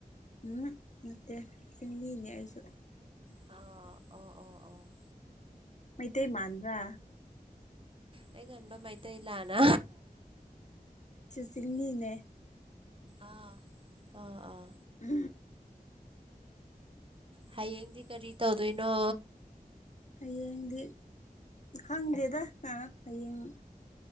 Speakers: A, on the left; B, on the right.
A: ꯎꯝ ꯅꯠꯇꯦ ꯁꯤꯤꯡꯃꯤꯅꯦ ꯑꯩꯁꯨ
B: ꯑꯥ ꯑꯣ ꯑꯣ ꯑꯣ
A: ꯃꯩꯇꯩ ꯃꯥꯟ꯭ꯔꯥ
B: ꯑꯩꯒꯣꯟꯕ ꯃꯩꯇꯩ ꯂꯥꯅ
A: ꯆꯤꯡꯍꯤꯅꯦ
B: ꯑꯥ ꯑꯥ ꯑꯥ
A: ꯎ
B: ꯍꯌꯦꯡꯗꯤ ꯀꯔꯤ ꯇꯧꯗꯣꯏꯅꯣ
A: ꯍꯌꯦꯡꯗꯤ ꯈꯪꯗꯦꯗ ꯍꯌꯦꯡ